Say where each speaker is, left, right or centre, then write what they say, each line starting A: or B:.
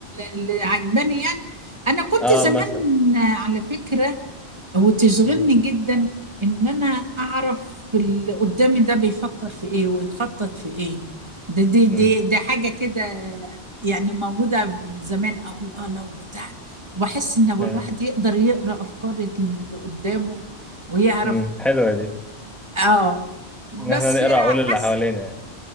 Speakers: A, on the right (about 25°); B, in the centre.
A: اللي عجباني يعني أنا كنت
B: اه
A: زمان
B: مثلا
A: على فكرة وتشغلني
B: مم.
A: جدا إن أنا أعرف اللي قدامي ده بيفكر في إيه ويخطط في إيه دي دي دي,
B: مم.
A: دي حاجة كده يعني موجودة زمان أقول آه لو بتاع وبحس إن هو
B: آه.
A: الواحد يقدر يقرأ أفكار اللي قدامه ويعرف
B: مم. حلوة دي
A: آه بس
B: ان آه. احنا نقرا عقول اللي
A: حاسة
B: حوالينا يعني